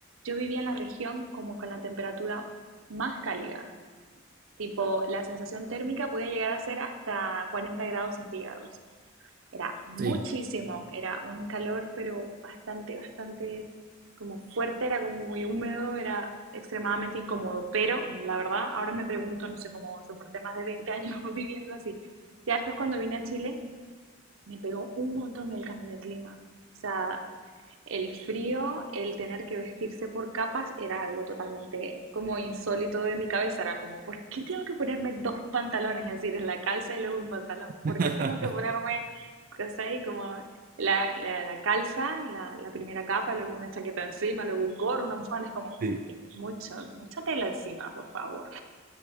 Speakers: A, on the right; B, on the right.
A: yo vivía en la región como con la temperatura más cálida. Tipo, la sensación térmica podía llegar a ser hasta 40 grados centígrados. Era muchísimo,
B: Sí.
A: era un calor, pero bastante, bastante como fuerte, era como muy húmedo, era extremadamente incómodo, pero la verdad, ahora me pregunto, no sé cómo soporté más de 20 años <laughs> viviendo así. Ya después cuando vine a Chile, me pegó un montón el cambio de clima. O sea, el frío, el tener que vestirse por capas era algo totalmente como insólito de mi cabeza. Era como, ¿por qué tengo que ponerme dos pantalones? Es decir, la calza y luego un pantalón. ¿Por
B: <laughs>
A: qué tengo que ponerme, ¿cachai? Como la, la, la calza, la, la primera capa, luego una chaqueta encima, luego un gorro, una bufanda. Es como,
B: Sí.
A: es mucho, mucha tela encima, por favor.